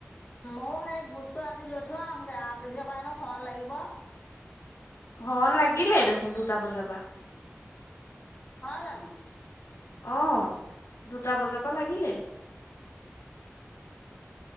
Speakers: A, on the left; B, on the left.
A: মোৰ সেই গোস্তটো আজি লৈ থৈ আহোগৈ আও, আজি পৰা হেনো খন লাগিব
B: হ লাগিলে দেখোন দুটা বজাৰ পৰা
A: হয় জানো।
B: অ দুটা বজাৰ পৰা লাগিলে।